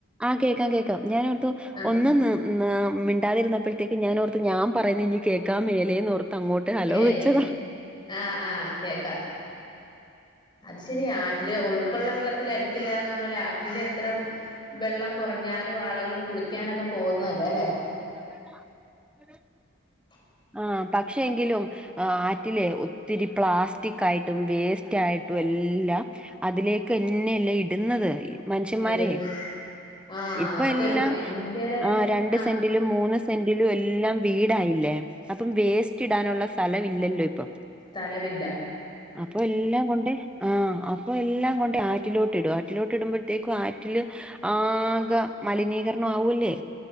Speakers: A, in the centre; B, on the left.
A: ആഹ കേക്കാം കേക്കാം ഞാനൊടുത്തു
B: ആഹ്
A: ഒന്നുന്ന്- ഉം ആ മിണ്ടാതിരുന്നപ്പഴത്തേക്ക് ഞാനോർത്ത് ഞാ പറയുന്നിനി കേക്കാ മേലേന്നോർ അങ്ങോട്ട് ഹലോ
B: ഏലക്കെ
A: വെച്ചതാ.
B: ആഹ് ആഹ് കേക്ക അത് ശെരിയാ ആറ്റില് ഒഴുക്കുള്ള വെള്ള റ്റിലഴുക്കില്ലന്ന് പറഞ്ഞല് ആ- റ്റിലത്രം വെള്ളം കൊർഞ്ഞാലു ആളുകള് കുളിക്കാനൊക്കെ പോവുന്നതല്ലേ ല്ലേ?
A: <inaudible>
B: <inaudible>
A: ആഹ് പക്ഷെങ്കിലും. ആഹ് ആറ്റിലെ ഒത്തിരി പ്ലാസ്റ്റി കാ യിട്ടും വേസ്റ്റായിട്ടും എല്ലാ- അതിലേക്കെന്നെയല്ലെ ഇടുന്നത് മൻഷ്യന്മാര
B: ഇടുന്ന് ആഹ്
A: ഇപ്പ
B: അതൊരു
A: എല്ലാം
B: ഭയങ്കര
A: ആ രണ്ട്
B: ആഹ്
A: സ്- ൻ്റിലും മൂന്ന് സെൻ്റിലു വെല്ലാ വീടായില്ലേ? അപ്പ വേസ്റ്റിടാനുള്ള സ് സ്ഥല ഇല്ലല്ലോ ഇപ്പൊ.
B: തലവില്ല.
A: അപ്പൊ എല്ലാം കൊണ്ട് ആ അപ്പൊ എല്ലാം കൊണ്ട് ആറ്റിലോട്ടിടും ആറ്റിലോട്ടിടുമ്പോഴത്തേക്കും ആറ്റില്- ഹ ആകെ മലിനീകരണം ആവുല്ലേ?